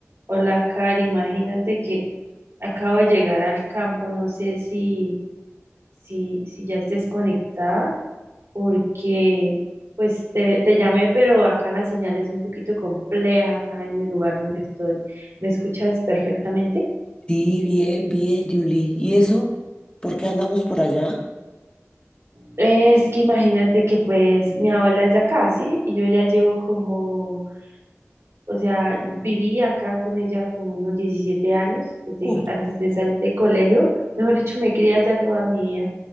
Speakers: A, on the right; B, on the left.
A: Hola, Cari, imagínate que acabo de llegar al campo, no sé si, si, si ya estés conectada, porque pues te, te llamé, pero acá la señal es un poquito compleja, acá en el lugar donde estoy. ¿Me escuchas perfectamente?
B: Sí, bien, bien, Julie. ¿Y eso? ¿Por qué andamos por allá?
A: Es que imagínate que pues mi abuela es de acá, ¿sí? Y yo ya llevo como O sea, viví acá con ella como unos 17 años, desde
B: Uh,
A: antes de salir de colegio. Mejor dicho, me crié allá toda mi vida,